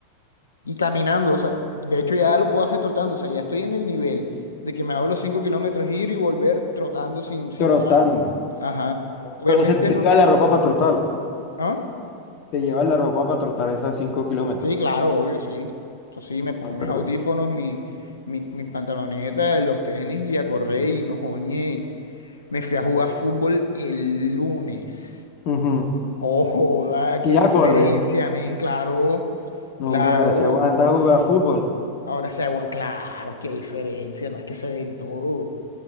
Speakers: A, on the left; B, on the left.
A: Y caminando, o sea, de hecho ya lo puedo hacer trotando, o sea, ya estoy en el nivel de que me hago los 5 kilómetros ir y volver trotando sin, sin
B: trotando.
A: parar. Ajá. Obviamente
B: Pero, o sea, tú te
A: no.
B: llevas la ropa para trotarla,
A: ¿Ah?
B: te llevas la ropa para trotar esas 5 kilómetros.
A: Sí, claro, obvio, sí. entonces sí, me pongo
B: Ah,
A: mis
B: pero
A: audífonos,
B: ve.
A: mi, mi- mis pantalonetas, los tenis y a correr y no joñe. Me fui a jugar fútbol el lunes.
B: Ujú.
A: Oh, joda, qué
B: Y ya
A: diferencia,
B: corre,
A: men, claro,
B: no,
A: claro,
B: hombre, ahora si aguanta
A: uff.
B: jugar fútbol.
A: Ahora se agua, claro, qué diferencia, no es que se ven todo.